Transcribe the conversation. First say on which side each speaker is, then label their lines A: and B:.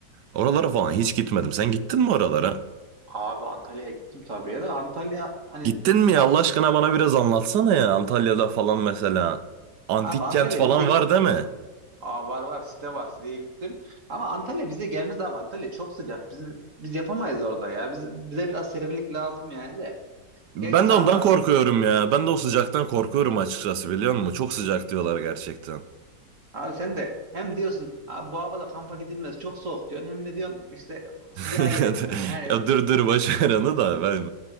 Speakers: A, on the right; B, on the right.
A: Oralara falan hiç gitmedim. Sen gittin mi oralara?
B: Abi Antalya'ya gittim tabii ya da Antalya hani
A: Gittin mi ya
B: abi,
A: Allah aşkına bana biraz anlatsana ya Antalya'da falan mesela. Antik
B: abi Antalya
A: kent falan
B: bize
A: var değil mi?
B: Aa, var var site var siteye gittim. Ama Antalya bize gelmez abi. Antalya çok sıcak. Biz, biz yapamayız orada ya. Biz, bize biraz serinlik lazım yani de.
A: Ben
B: Gerçi sana
A: de ondan
B: da
A: korkuyorum ya. Ben de o sıcaktan korkuyorum açıkçası biliyor musun? Çok sıcak diyorlar gerçekten.
B: abi sen de hem diyorsun abi bu havada kampa gidilmez çok soğuk diyorsun hem de diyorsun işte sıcağa
A: <laughs>
B: gelemiyorum.
A: Ya, d-
B: Yani
A: ya dur dur boş ver onu da ben